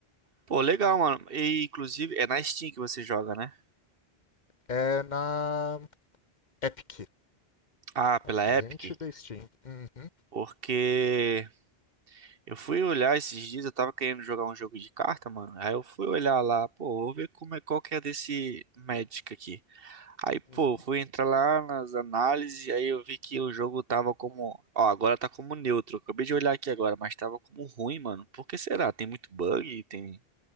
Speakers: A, on the right; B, on the left.
A: Pô, legal, mano. E inclusive é na Steam que você joga, né?
B: É na Epic,
A: Ah,
B: concorrente
A: pela Epic?
B: da Steam. Uhum.
A: Porque eu fui olhar esses dias, eu tava querendo jogar um jogo de carta, mano. Aí eu fui olhar lá, pô, vou ver como é qual que é desse Magic aqui. Aí, pô,
B: Uhum.
A: eu fui entrar lá nas análises, aí eu vi que o jogo tava como. Ó, agora tá como neutro. Acabei de olhar aqui agora, mas tava como ruim, mano. Por que será? Tem muito bug? Tem.